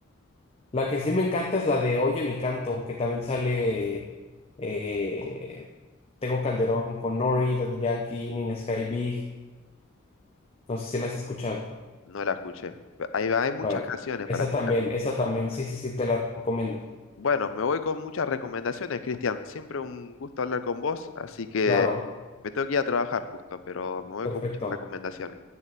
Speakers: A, on the left (about 25°); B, on the left (about 70°).
A: La que sí me encanta es la de Oye mi canto, que también sale eh, Tego Calderón con Nori, Daddy Yankee, Nina Sky Big. No sé si la has escuchado.
B: No la escuché. Pe- Hay, hay muchas
A: Vale.
B: canciones
A: Esa
B: para escuchar.
A: también, esa también, sí, sí, sí, te la recomiendo.
B: Bueno, me voy con muchas recomendaciones, Cristian. Siempre un gusto hablar con vos, así que
A: Claro,
B: me tengo que ir a trabajar justo, pero me voy
A: perfecto.
B: con muchas recomendaciones.